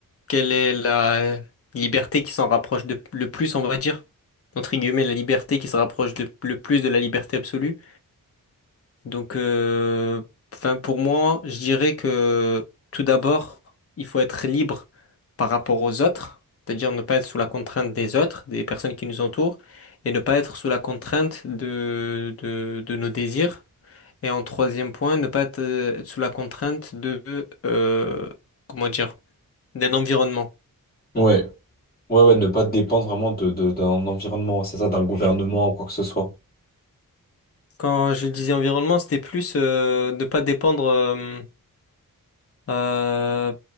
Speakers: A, on the left; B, on the left.
A: quelle est la liberté qui s'en rapproche de, le plus, on va dire, entre guillemets, la liberté qui se rapproche de, le plus de la liberté absolue. Donc, euh, enfin, pour moi, je dirais que tout d'abord, il faut être libre par rapport aux autres, c'est-à-dire ne pas être sous la contrainte des autres, des personnes qui nous entourent, et ne pas être sous la contrainte de, de, de nos désirs. Et en troisième point, ne pas être euh, sous la contrainte de, euh, comment dire, d'un environnement.
B: Ouais. Ouais, ouais, ne pas dépendre vraiment de, de- d'un environnement, c'est ça, d'un gouvernement ou quoi que ce soit.
A: Quand je disais environnement, c'était plus euh, ne pas dépendre. euh, euh,